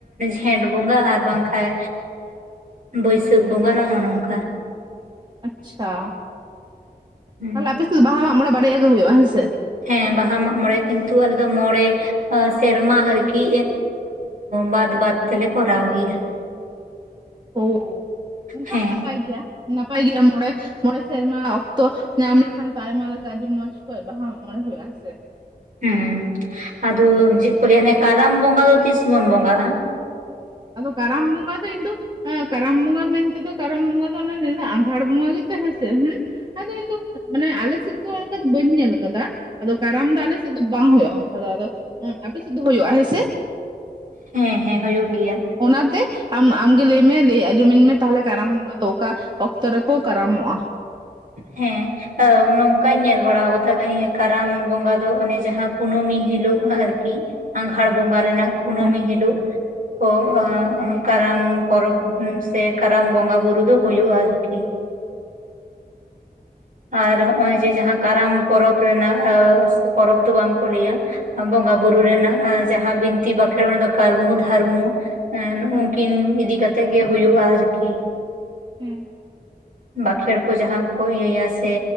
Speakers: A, on the right (about 50°); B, on the right (about 25°).
A: ᱡᱷᱮᱸᱴ ᱵᱚᱸᱜᱟ ᱟᱨ ᱵᱟᱝᱠᱷᱟᱡ ᱵᱟᱹᱭᱥᱟᱹᱠᱷ ᱵᱚᱸᱜᱟ ᱱᱚᱜᱼᱚ ᱱᱚᱝᱠᱟ
B: ᱟᱪᱪᱷᱟ
A: ᱦᱩᱸ
B: ᱛᱟᱦᱚᱞᱮ ᱟᱯᱮ ᱥᱮᱫ ᱫᱚ ᱵᱟᱦᱟ ᱢᱟ ᱢᱚᱬᱮ ᱵᱟᱨᱭᱟ ᱜᱮ ᱦᱩᱭᱩᱜᱼᱟ ᱦᱮᱸ ᱥᱮ
A: ᱦᱮᱸ ᱵᱟᱦᱟ ᱢᱟᱜ ᱢᱬᱮ ᱠᱤᱱᱛᱩ ᱟᱞᱮ ᱫᱚ ᱢᱚᱬᱮ ᱥᱮᱨᱢᱟ ᱟᱨᱠᱤ ᱵᱟᱫ ᱵᱟᱫ ᱛᱮᱞᱮ ᱠᱚᱨᱟᱣ ᱜᱮᱭᱟ
B: ᱳ ᱚᱱᱠᱟ
A: ᱦᱮᱸ
B: ᱱᱟᱯᱟᱭ ᱜᱮᱭᱟ ᱱᱟᱯᱟᱭ ᱜᱮᱭᱟ ᱢᱚᱬᱮ ᱢᱚᱬᱮ ᱥᱮᱨᱢᱟ ᱚᱠᱛᱚ ᱧᱟᱢ ᱞᱮᱠᱷᱟᱱ ᱟᱭᱢᱟ ᱞᱮᱠᱟ ᱟᱹᱰᱤ ᱢᱚᱸᱡᱽ ᱠᱚᱡ ᱵᱟᱦᱟ ᱢᱚᱬᱮ ᱦᱩᱭᱩᱜᱼᱟ ᱥᱮ
A: ᱦᱮᱸ ᱟᱫᱚ ᱪᱮᱫ ᱠᱚ ᱞᱟᱹᱭᱟ ᱚᱱᱮ ᱠᱟᱨᱟᱢ ᱵᱚᱸᱜᱟ ᱫᱚ ᱛᱤᱥ ᱵᱚᱱ ᱵᱚᱸᱜᱟᱼᱟ᱾
B: ᱟᱫᱚ ᱠᱟᱨᱟᱢ ᱵᱚᱸᱜᱟ ᱫᱚ ᱤᱧ ᱫᱚ ᱠᱟᱨᱟᱢ ᱵᱚᱸᱜᱟ ᱢᱮᱱᱛᱮᱫᱚ ᱠᱟᱨᱟᱢ ᱵᱚᱸᱜᱟ ᱫᱚ ᱚᱱᱮ ᱟᱸᱜᱷᱟᱲ ᱵᱚᱸᱜᱟ ᱜᱮ ᱛᱚ ᱦᱮᱸᱥᱮ ᱦᱩ ᱟᱫᱚ ᱤᱧ ᱫᱚ ᱩᱱᱟᱹᱜ ᱢᱟᱱᱮ ᱟᱞᱮᱥᱮᱫ ᱫᱚ ᱚᱱᱠᱟ ᱫᱚ ᱵᱟᱹᱧ ᱧᱮᱞ ᱟᱠᱟᱫᱟ ᱟᱫᱚ ᱠᱟᱨᱟᱢ ᱫᱚ ᱟᱞᱮᱥᱮᱫ ᱫᱚ ᱵᱟᱝ ᱦᱩᱭᱩᱜᱼᱟ ᱚᱱᱠᱟ ᱫᱚ ᱟᱫᱚ ᱟᱯᱮ ᱥᱮᱫ ᱫᱚ ᱦᱩᱭᱩᱜᱼᱟ ᱦᱮᱸᱥᱮ
A: ᱦᱮᱸ ᱦᱮᱸ ᱦᱩᱭᱩᱜ ᱜᱮᱭᱟ᱾
B: ᱚᱱᱟᱛᱮ ᱟᱢ ᱟᱢᱜᱮ ᱞᱟᱹᱭᱢᱮ ᱞᱟᱹᱭ ᱟᱸᱡᱚᱢᱟᱹᱧ ᱢᱮ ᱛᱟᱦᱚᱞᱮ ᱠᱟᱨᱟᱢ ᱵᱚᱸᱜᱟ ᱫᱚ ᱚᱠᱟ ᱚᱠᱛᱚ ᱨᱮᱠᱚ ᱠᱟᱨᱟᱢᱚᱜᱼᱟ᱾
A: ᱦᱮᱸ ᱱᱚᱝᱠᱟᱧ ᱧᱮᱞ ᱵᱟᱲᱟᱣ ᱠᱟᱫᱟ ᱠᱟᱨᱟᱢ ᱵᱚᱸᱜᱟ ᱫᱚ ᱚᱱᱮ ᱡᱟᱦᱟᱸ ᱠᱩᱱᱟᱹᱢᱤ ᱦᱤᱞᱳᱜ ᱟᱨᱠᱤ ᱟᱜᱷᱟᱲ ᱵᱚᱸᱜᱟ ᱨᱮᱱᱟᱜ ᱠᱩᱱᱟᱹᱢᱤ
B: ᱦᱮᱸ
A: ᱦᱤᱞᱚᱜ ᱠᱚ ᱠᱟᱨᱟᱢ ᱯᱚᱨᱚᱵ ᱥᱮ ᱠᱟᱨᱟᱢ ᱵᱚᱸᱜᱟ ᱵᱩᱨᱩ ᱫᱚ ᱦᱩᱭᱩᱜᱼᱟ ᱟᱨᱠᱤ ᱟᱨ ᱦᱚᱸᱜᱼᱚᱭ ᱡᱮ ᱡᱟᱦᱟᱸ ᱠᱟᱨᱟᱢ ᱯᱚᱨᱚᱵᱽ ᱨᱮᱱᱟᱜ ᱯᱚᱨᱚᱵᱽ ᱫᱚ ᱵᱟᱝᱠᱚ ᱞᱟᱹᱭᱟ ᱵᱚᱸᱜᱟ ᱵᱩᱨᱩ ᱨᱮᱱᱟᱜ ᱡᱟᱦᱟᱸ ᱵᱤᱱᱛᱤ ᱵᱟᱸᱠᱷᱮᱬ ᱚᱱᱟ ᱫᱚ ᱠᱟᱹᱨᱢᱩ ᱫᱷᱟᱨᱢᱩ ᱱᱩᱜᱩᱝᱠᱤᱱ
B: ᱦᱮᱸ
A: ᱤᱫᱤ ᱠᱟᱛᱮᱜ ᱜᱮ ᱦᱩᱭᱩᱜᱼᱟ ᱟᱨᱠᱤ
B: ᱦᱩᱸ
A: ᱵᱟᱸᱠᱷᱮᱲ ᱠᱚ ᱡᱟᱦᱟᱸ ᱠᱚ ᱤᱭᱟᱹᱭᱟ ᱥᱮ